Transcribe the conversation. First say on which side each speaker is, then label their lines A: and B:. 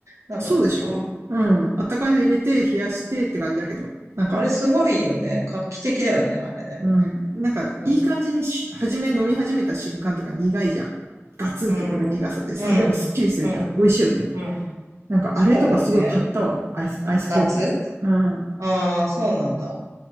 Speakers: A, on the right; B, on the right.
A: なんか、
B: そうでしょうん。
A: あ、
B: あったかいの入れて、冷やしてって感じだけど、なんか、
A: あれすごいよね。画期的だよね、あれね。
B: うん。なんか、
A: う
B: いい感じにし、初め飲み始めた瞬間とか苦いじゃん。ガツンとくる苦さでさ、
A: ん、うん、
B: でもすっきりするじゃん。
A: うん、
B: 美味しいよね。
A: うん。
B: なんか、
A: そうね。
B: あれとかすごい買ったわ。アイス、アイスコーヒーとか。
A: 夏ああー、そうなんだ。